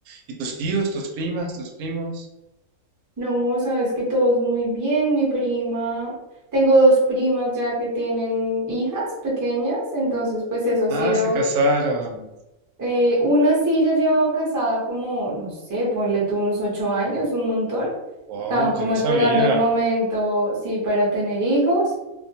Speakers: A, on the right (about 85°); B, on the right (about 15°).
A: ¿Y tus tíos, tus primas, tus primos?
B: No, sabes que todos muy bien. Mi prima, tengo dos primas ya que tienen hijas pequeñas, entonces pues eso ha
A: Ah,
B: sido,
A: se casaron.
B: eh, una sí ya llevaba casada como, no sé, ponle tú unos ocho años, un montón.
A: Wow,
B: Estaban como
A: yo no
B: esperando
A: sabía.
B: el momento, sí, para tener hijos